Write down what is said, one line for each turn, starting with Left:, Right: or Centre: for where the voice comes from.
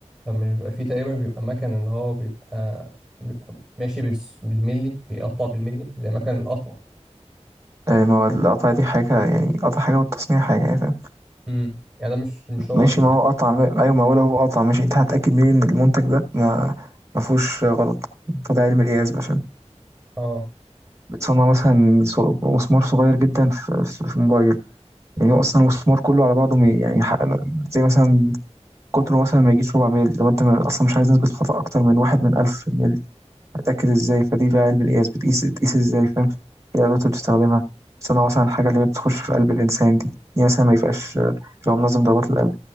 Centre: مش بيبقى فيه تقريبا بيبقى مكن اللي هو بيبقى بيبقى ماشي بالس- بالملي بيقطع بالملي زي مكن القطع
Right: آه، ما هو القطع دي حاجه يعني قطع حاجه والتصنيع حاجه يعني فاهم
Centre: امم يعني ده مش مش هو
Right: ماشي
Centre: ال-
Right: ما هو قطع ما- ايوه ما هو لو هو قطع ماشي انت هتأكد منين ان المنتج ده ما ما فيهوش غلط ده علم القياس بقى، عشان
Centre: اه
Right: بتصنع مثلا سو- مسمار صغير جدا في, في, في موبايل يعني هو اصلا المسمار كله على بعضه مي- يعني ح- زي مثلا قطره مثلا ما يجيش ربع ميل لو انت من- اصلا مش عايز نسبة خطأ اكتر من واحد من ألف ميل هتأكد ازاي فدي بقى علم القياس بتقيس بتقيس ازاي فاهم ايه الأدوات اللي بتستخدمها بتصنع مثلا الحاجة اللي هي بتخش في قلب الإنسان دي دي مثلا ما يبقاش لو منظم ضربات القلب